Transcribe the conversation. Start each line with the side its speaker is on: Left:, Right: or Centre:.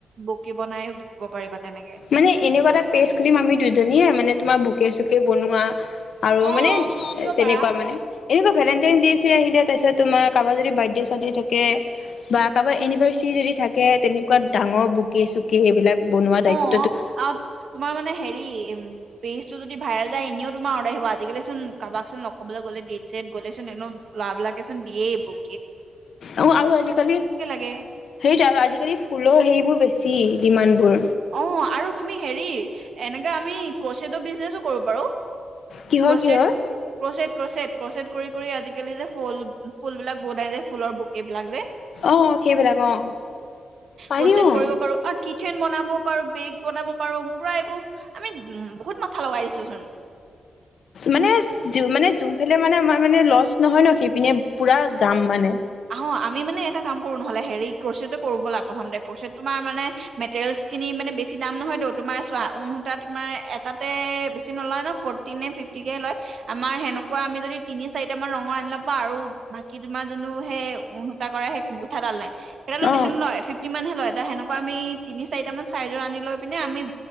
Right: বুকে বনাইও দিব পাৰিবা। তেনেকে।
Left: মানে এনেকুৱা এটা পেজ খুলিম আমি দুজনীয়ে মানে তোমাৰ বুকে বুকে চুকে বনোৱা আৰু
Right: অ',
Left: মানে
Right: খুলিব
Left: তেনেকুৱা
Right: পাৰা।
Left: মানে এনেকুৱা ভেলেন্টাইন দে চে আছিলে তাৰপিছত তোমাৰ কাৰোবাৰ যদি বাৰ্থদে চাৰ্থদে থাকে বা কাৰোবাৰ এনিভাৰ্চেৰী যদি থাকে ডাঙৰ তেনেকুৱা বুকে চুকে সেইবিলাক বনোৱা দায়িত্ব।
Right: অ', আৰু তোমাৰ মানে হেৰি পেজটো যদি ভাইৰাল যায় এনেও তোমাৰ অৰ্ডাৰ আহিব। আজিকালি চুন কাৰোবাৰক লগ কৰিবলৈ গলে ডেট চছেট গ'লেচোন এনেও ল'ৰাবিলাকেচোন দিয়েই এইবোৰ।
Left: অ আৰু আজিকালি
Right: লাগে
Left: সেইটো আৰু আজিকালি ফুলৰ সেইবোৰ বেছি। ডিমাণ্ড বোৰ
Right: অ', আৰু তুমি হেৰি এনেকা আমি ক্ৰচেড বিজনেছো কৰিব পাৰো।
Left: কিহৰ
Right: ক্ৰচেড
Left: কিহৰ
Right: ক্ৰচেড ক্ৰচেট ক্ৰচেট কৰি কৰি আজিকালি যে ফুলবিলাক বহুত আহে যে ফুলৰ বুকে বিলাক যে
Left: অ', সেইবিলাক অ', পাৰি
Right: ক্ৰচেট
Left: অ'।
Right: কৰিব পাৰো আৰু কিটচেন বনাব পাৰো বেগ বনাব পাৰো পুৰা এইবোৰ আমি উ'ম বহুত মাথা লগাই দিছো চোন।
Left: মানে মানে যোন পিনে আমাৰ মানে লচ নহয় ন সেইপিনে পুৰা যাম মানে।
Right: অ আমি মানে এটা কাম কৰো নহলে হেৰি ক্ৰচটো কৰো ব'লা প্ৰথমতে ক্ৰচেত তোমাৰ মানে মেটেৰিয়েল খিনি মানে বেছি দাম নহয়ত তোমাৰ চোৱা ঊণ সূতা তোমাৰ এটাতে বেছি নলয় ন ফৰ্টিে ফিফটিকে লয় আমাৰ সেনেকুৱা আমি যদি তিনি চাৰিটা মান ৰঙৰ আনি লব পাৰো আৰু। বাকী তোমাৰ যোনতো সেই ঊণ সূতা কৰা সেই গুঠাডাল নাই। এটালো বেছি
Left: অ
Right: নহয়। হে লয় এ সেনেকুৱা আমি তিনি চাৰিট মান চাইজৰ আনি লৈ পিনে আমি